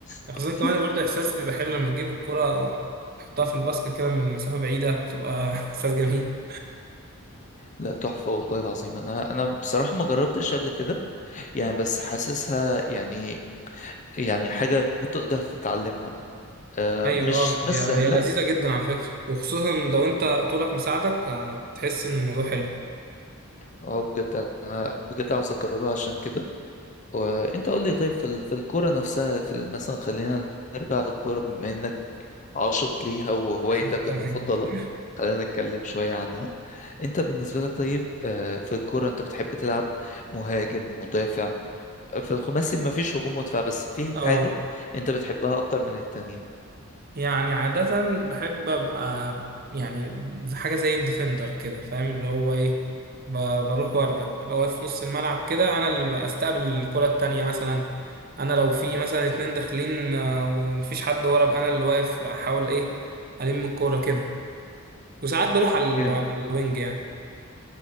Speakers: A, on the left; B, on the right.
A: <laughs>
B: خصوصا كمان برضو احساس بيبقى حلو لما تجيب الكره تحطها في الباسكت كده من مسافه بعيده تبقى <laughs> احساس جميل
A: لا تحفة والله العظيم انا انا بصراحة ما جربتش قبل كده يعني بس حاسسها يعني يعني حاجة تقدر تتعلمها آه،
B: ايوه
A: مش مش
B: هي
A: سهلة
B: هي لذيذه جدا على فكره وخصوصا لو انت طولك مساعدك هتحس ان الموضوع حلو
A: اه بجد أنا بجد عاوز أجربها عشان كده وأنت قول لي طيب في ال- في الكورة نفسها في ال- مثلا خلينا نرجع للكورة بما إنك عاشق ليها وهوايتك
B: <laughs>
A: المفضلة خلينا نتكلم شوية عنها أنت بالنسبة لك طيب آه، في الكورة أنت بتحب تلعب مهاجم مدافع في الخماسي مفيش هجوم ودفاع بس في
B: اه
A: حاجة أنت بتحبها أكتر من التانية
B: يعني عادة بحب أبقى يعني زي- حاجة زي الديفندر كده فاهم اللي هو إيه ب- بروح وأرجع أبقى واقف في نص الملعب كده أنا اللي أستقبل الكرة التانية مثلا أنا لو في مثلا اتنين داخلين آه، ومفيش حد ورا أبقى أنا اللي واقف أحاول إيه ألم الكورة كده وساعات بروح على ال-
A: مم.
B: على الوينج يعني